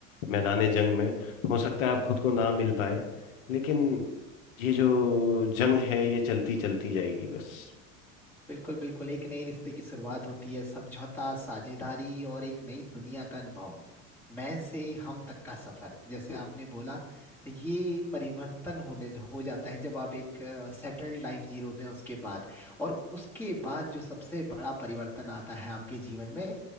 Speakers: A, on the left; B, in the centre.
A: मैदान जंग में हो सकता है आप खुद को ना मिल पाए लेकिन ये जो जंग है ये चलती चलती जाएगी बस
B: बिल्कुल बिल्कुल एक नए रिश्ते की शुरुआत होती है समझौता साझेदारी और एक नई दुनिया का अनुभव मैं से हम तक का सफर जैसे
A: हम्म,
B: आपने बोला ये परिवर्तन होने हो जाता है जब आप एक सेटल्ड लाइफ जी रहे होते हैं उसके बाद और उसके बाद जो सबसे बड़ा परिवर्तन आता है आपके जीवन में